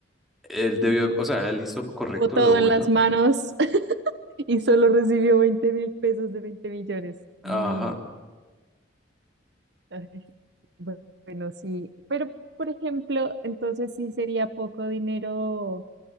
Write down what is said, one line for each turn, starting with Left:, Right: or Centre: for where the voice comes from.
Centre: él debió, o sea, él hizo lo correcto,
Right: Tuvo todo
Centre: lo bueno.
Right: en las manos <laughs> y solo recibió veinte mil pesos de 20 millones.
Centre: Ajá,
Right: Muy, ay, bu- bueno, sí. Pero, por ejemplo, entonces sí sería poco dinero,